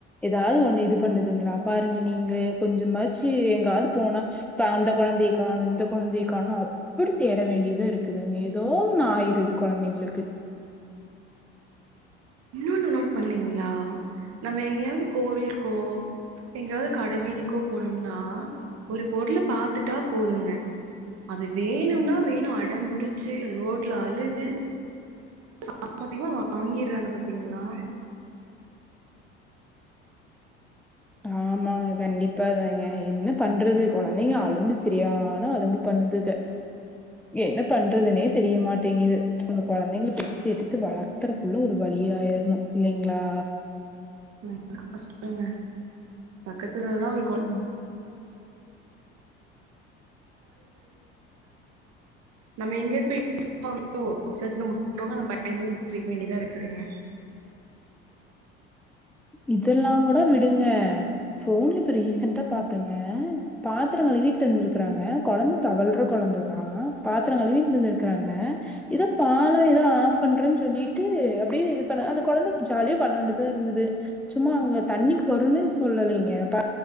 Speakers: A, in the centre; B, on the right.
A: எதாவது ஒண்ணு இது பண்ணுதுங்குளா பாருங் நீங்குளே கொஞ்சமாச்சு எங்காவது போனா இப்ப அந்த கொழந்திய காணோ இந்த கொழந்திய காணோ அப்புடி தேட வேண்டியதா இருக்குதுங்க எதோ ஒன்னு ஆயிருது கொழந்திங்களுக்கு
B: இன்னொன்னு நோட் பண்ணிங்கிளா நம்ம எங்கியாவது கோவில்கோ எங்கியாவது கடவீதிக்கோ போனோம்னா ஒரு பொருள் பாத்துட்டா போதுங்க அது வேணும்னா வேணு அடம்புடிச்சு ரோட்ல அழுது சாமத்தியமா வாங்கிறாங்க பாத்தீங்களா
A: ஆமாங்க கண்டிப்பாதாங்க என்ன பண்றது கொழந்திங்கள அலும்பு செரியான அலும்பு பண்ணுதுக என்ன பண்றதுனே தெரியமாட்டேங்கிது அந்த கொழந்திங்கள பெத்து எடுத்து வளர்க்கறக்குள்ள ஒரு வழிய ஆயிரணு இல்லிங்களா
B: ம் ரெம்ப கஷ்டோங்க பக்கத் <unintelligible> <unintelligible>
A: ம்
B: நம்ம எங்கியாது போயி இடிச்சுக்குவாங்களோ செவுத்துல முட்டிக்குவாங்களோ பயந்து எந்திரிக்க வேண்டியதா இருக்குதுங்க
A: இதெல்லாங்கூட விடுங்க போன்ல இப்ப ரீசன்ட்டா பாத்தேங்க பாத்தரோ கழுவிட்டு இருந்திருக்கறாங்க கொழந்த தவழ்ற கொழந்ததா பாத்திரம் கழுவிட் நின்னுருக்குறாங்க எதா பாலோ எதோ ஆஃப் பண்றனு சொல்லிட்டு அப்டியே இது பண்ணாங் அந்த கொழந்த ஜாலியா விளாண்டுதா இருந்தது சும்மா அவுங்க தண்ணிக்கு வருன்னே சொல்லலீங்க பா